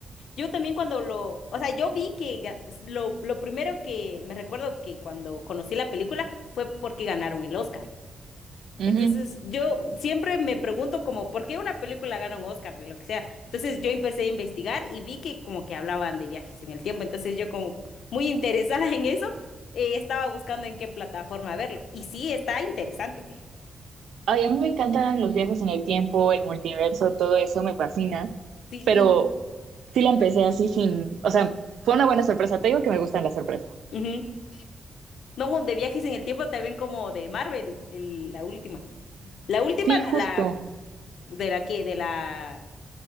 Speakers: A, on the left; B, on the right.
A: Yo también cuando lo, o sea, yo vi que ga- lo, lo primero que me recuerdo que cuando conocí la película fue porque ganaron el Oscar. Entonces,
B: Ujú.
A: yo siempre me pregunto como, ¿por qué una película gana un Oscar? Lo que sea. Entonces, yo empecé a investigar y vi que como que hablaban de viajes en el tiempo. Entonces, yo como muy interesada en eso, eh, estaba buscando en qué plataforma verlo. Y sí, está interesante.
B: Ay, a mí me encantan los viajes en el tiempo, el multiverso, todo eso me fascina,
A: Sí,
B: pero sí la empecé así sin, o sea, fue una buena sorpresa, te digo que me gustan las sorpresas.
A: y- ujú. No, de viajes en el tiempo también como de Marvel, el- la última. La última
B: Sí,
A: de
B: justo,
A: la ¿De la qué? ¿De la,